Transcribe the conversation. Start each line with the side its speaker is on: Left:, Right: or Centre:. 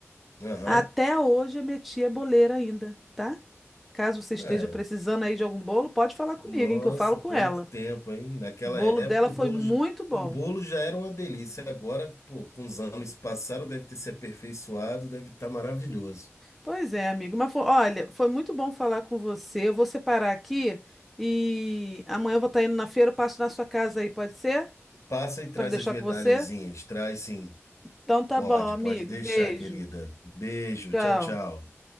Left: Aham.
Centre: Até hoje a minha tia é boleira ainda, tá? Caso você esteja
Left: É,
Centre: precisando aí de algum bolo, pode falar comigo,
Left: Nossa,
Centre: hein, que eu falo com
Left: quanto
Centre: ela.
Left: tempo, hein? Naquela
Centre: O bolo
Left: época
Centre: dela
Left: o
Centre: foi
Left: bolo,
Centre: muito
Left: j-
Centre: bom.
Left: o bolo já era uma delícia. Agora, pô, com os anos que passaram, deve ter se aperfeiçoado, deve estar maravilhoso.
Centre: Pois é, amigo, mas fo- olha, foi muito bom falar com você. Eu vou separar aqui e amanhã eu vou estar indo na feira, eu passo na sua casa aí, pode ser?
Left: Passa e traz
Centre: Para deixar
Left: as medalhazinhas.
Centre: com você?
Left: Traz sim.
Centre: Então tá
Left: Pode,
Centre: bom, amigo.
Left: pode deixar,
Centre: Beijo.
Left: querida. Beijo,
Centre: Tchau.
Left: tchau, tchau.